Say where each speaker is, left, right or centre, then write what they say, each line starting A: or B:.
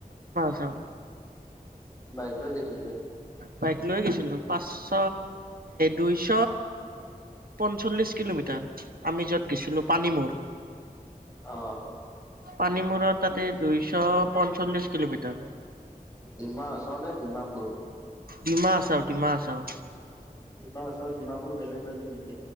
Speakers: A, on the right (about 75°); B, on the left (about 20°).
A: চাও
B: বাইক লৈ গৈছিলে
A: বাইক লৈ গৈছিলো পাঁচশ দুইশ পঞ্চল্লিশ কিলোমিটাৰ আমি য'ত গৈছিলো পানীমূৰ
B: আহ
A: পানী মূৰত তাতে দুইশ পঞ্চল্লিশ কিলোমিটাৰ।
B: ডিমাহাচাও নে ডিমাপুৰ
A: ডিমাহাচাও ডিমাহাচাও
B: ডিমাহাচাও ডিমাপুৰ বেলেগ বেলেগ নেকি?